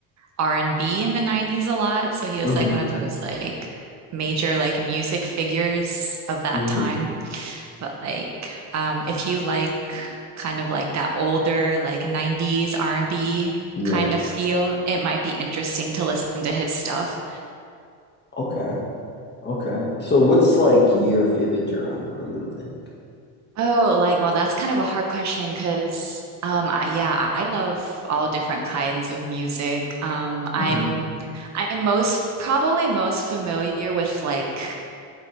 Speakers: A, on the right; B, on the left.
A: R&B in the 90s a lot. So he was
B: Mm-hmm.
A: like one of those like major like music figures of that
B: Mm-hmm.
A: time. But like um if you like kind of like that older like 90s R&B
B: Yeah.
A: kind of feel, it might be interesting to listen to his stuff.
B: Okay. Okay. So what's like your favorite genre, you think?
A: Oh, like, well, that's kind of a hard question because, um, I, yeah, I love all different kinds of music. Um, I'm,
B: hmm
A: I'm most probably most familiar with like,